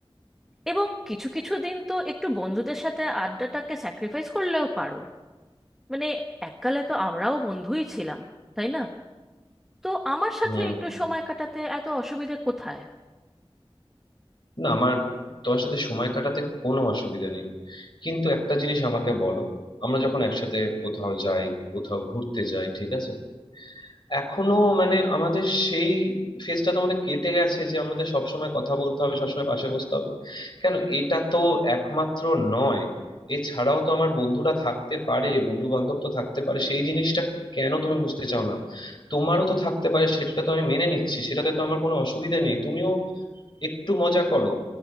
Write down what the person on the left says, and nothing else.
হুম
না আমার তোমার সাথে সময় কাটাতে কোনো অসুবিধা নেই কিন্তু একটা জিনিস আমাকে বলো আমরা যখন একসাথে কোথাও যাই কোথাও ঘুরতে যাই ঠিক আছে এখনো মানে আমাদের সেই ফেজটা তো আমাদের কেটে গেছে যে আমাদের সবসময় কথা বলতে হবে সবসময় পাশে বসতে হবে কেন এটা তো একমাত্র নয় এছাড়াও তো আমার বন্ধুরা থাকতে পারে বন্ধু বান্ধব তো থাকতে পারে সেই জিনিসটা কেন তুমি বুঝতে চাও না তোমারও তো থাকতে পারে সেটা তো আমি মেনে নিচ্ছি সেটাতে তো আমার কোনো অসুবিধা নেই তুমিও একটু মজা করো